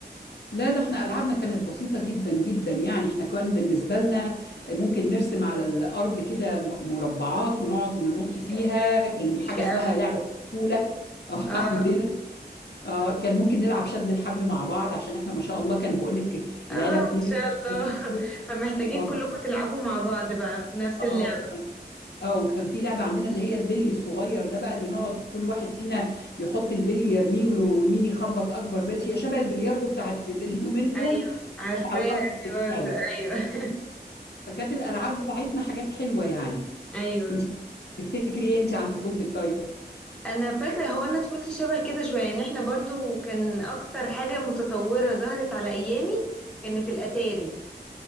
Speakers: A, on the left (about 70°); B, in the centre.
A: لا ده احنا ألعابنا كانت بسيطة جدا جدا يعني احنا كان بالنسبة لنا ممكن نرسم على الأرض كده م- مربعات ونقعد ننط
B: ريكا
A: فيها كان حاجة
B: ريكا
A: اسمها
B: أوي
A: لعبة كولا <laughs> أو
B: اه
A: عندنا اه كان ممكن نلعب شد الحبل مع بعض عشان احنا ما شاء الله كان بقول لك العيلة
B: اه
A: كبيرة
B: ما شاء الله
A: <laughs>
B: <laughs> فمحتاجين
A: اه
B: كلكم تلعبوا مع بعض بقى في نفس
A: اه
B: اللعب
A: اه وكان في لعبة عندنا اللي هي البلي الصغير ده بقى اللي نقعد كل واحد فينا يحط البلي يرميه ومين يخبط أكبر بلي هي شبه البلياردو بتاعت اليومين دول
B: ايوه عارفاها
A: على الأرض
B: دي برضه
A: بتاعت
B: ايوه <laughs>
A: فكانت الالعاب بتاعتنا حاجات حلوه يعني
B: ايوه
A: انت تفتكري ايه انت عن طفولتك طيب
B: انا فاكره هو انا طفولتي شبه كده شويه يعني احنا برضو كان اكتر حاجه متطوره ظهرت على ايامي كانت الاتاري